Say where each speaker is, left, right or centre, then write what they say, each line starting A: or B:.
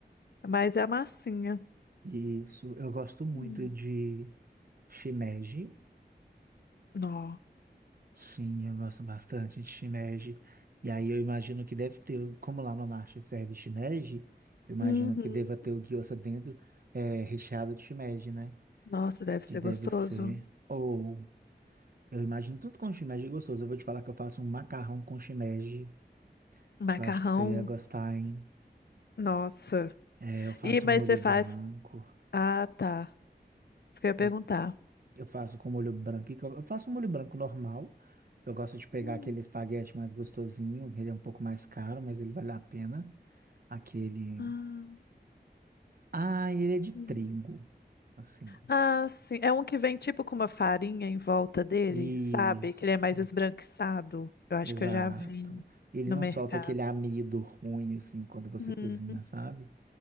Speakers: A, on the left; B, on the right.
A: Mas é a massinha.
B: Isso. Eu gosto muito
A: Hum.
B: de shimeji.
A: Nó.
B: Sim, eu gosto bastante de shimeji. E aí eu imagino que deve ter, como lá uma marcha serve shimeji, eu imagino
A: Uhum.
B: que deva ter o gyoza dentro, é, recheado de shimeji, né?
A: Nossa, deve
B: Que
A: ser
B: deve
A: gostoso.
B: ser. Ou eu imagino tudo com shimeji gostoso. Eu vou te falar que eu faço um macarrão com shimeji,
A: Macarrão.
B: que eu acho que você ia gostar, hein
A: Nossa.
B: É, Eu faço
A: E mas
B: um molho
A: você faz?
B: branco.
A: Ah, tá. Isso que eu ia perguntar.
B: Eu, eu faço com molho branco. E que Eu eu faço um molho branco normal. Eu gosto de pegar
A: Hum.
B: aquele espaguete mais gostosinho. Ele é um pouco mais caro, mas ele vale a pena. Aquele.
A: Ah,
B: Ah, ele é de trigo,
A: hum.
B: assim.
A: Ah, sim. É um que vem tipo com uma farinha em volta dele,
B: Isso.
A: sabe? Que ele é mais esbranquiçado. Eu acho
B: Exato.
A: que eu já vi
B: Ele
A: no
B: não
A: mercado.
B: solta aquele amido ruim, assim, quando você
A: Uhum.
B: cozinha, sabe?